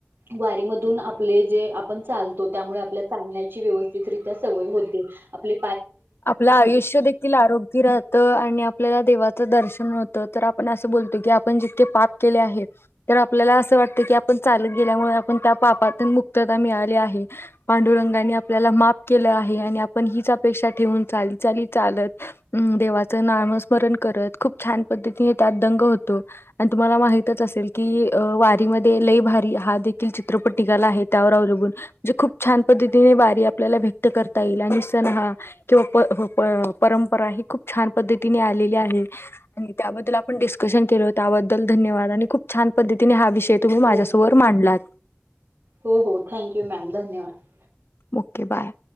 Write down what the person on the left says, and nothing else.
आपलं आयुष्य देखील आरोग्य राहतं आणि आपल्याला देवाचं दर्शन हो त तर आपण असं बोलतो की, आपण जितके पाप केले आहे तर आपल्याला असं वाटतं की आपण चालत गेल्यामुळे आपण त्या पापातून मुक्तता मिळाली आहे. पांडुरंगानी आपल्याला माप केलं आहे आणि आपण हिच अपेक्षा घेऊन चाली चाली चालत, अ देवाच नामस्मरण करत. खूप छान पद्धतीने त्यात दंग होतो. आणि तुम्हाला माहितच असेल कि अ वारी मध्ये लई भारी हा देखील चित्रपट निघाला आहे, त्यावर अवलंबून म्हणजे खूप छान पद्धतीने वारी आपल्याला व्यक्त करता येईल, आणि सन हा हो हो, प-प परंपरा ही खूप छान पद्धतीने आलेली आहे आणि त्याबद्दल आपण डिस्कशन केल त्याबद्दल धन्यवाद. आणि खूप छान पद्धतीने हा विषय ते तुम्ही माझ्यासमोर
मांडलात
Okay bye.